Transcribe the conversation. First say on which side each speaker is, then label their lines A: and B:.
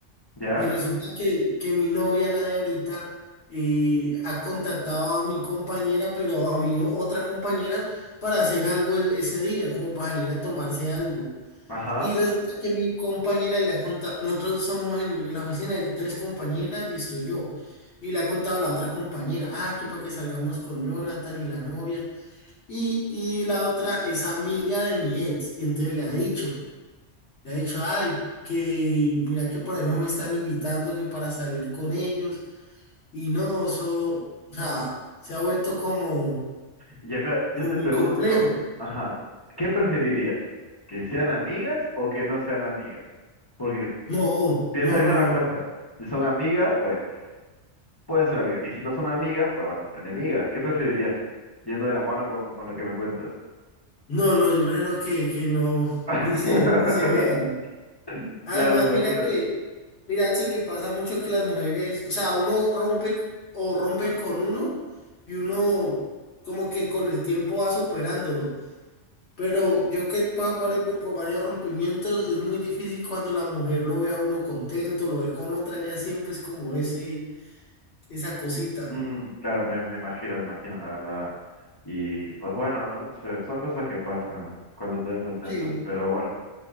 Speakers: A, on the left; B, on the left.
A: ¿Ya?
B: y resulta que, que mi novia, la de ahorita, eh, ha contactado a mi compañera, pero a mi otra compañera, para hacer algo el- ese día, como para salir a tomarse algo.
A: Ajá.
B: Y resulta que mi compañera le ha contado, nosotros somos en, en la oficina, hay tres compañeras y estoy yo. Y le ha contado a la otra compañera, ah, que para que salgamos con Jonathan y la novia. Y, y la otra es amiga de mi ex. Y entonces le ha dicho, le ha dicho, ay, que mira que por ahí no me están invitando, que para salir con ellos. Y no, eso, o sea, se ha vuelto como,
A: Y acá yo
B: como
A: te
B: muy
A: pregunto,
B: complejo.
A: ajá, ¿qué preferirías? ¿Que sean amigas o que no sean amigas? Porque
B: No,
A: piensa
B: no,
A: bien
B: no,
A: la respuesta. Si son amigas, pues pueden ser amigas. Y si no son amigas, pues van a ser enemigas. ¿Qué preferirías tú? Yendo de la mano con, con lo que me cuentas.
B: no, no, yo prefiero que, que no,
A: <laughs>
B: ni se, ni se vean. Además,
A: Claro, me imagino.
B: mira que, mira, Axel, que pasa mucho que las mujeres, o sea, uno rompe o rompen con uno y uno como que con el tiempo va superándolo. Pero yo que he pasado por, eh, por varios rompimientos, es muy difícil cuando la mujer lo ve a uno contento, lo ve con otra, ya siempre es como ese, esa cosita.
A: Mm, claro, me, me imagino, me imagino, la verdad. Y pues bueno, ¿no? se- son cosas que pasan cuando te ven contento.
B: Sí,
A: Pero bueno,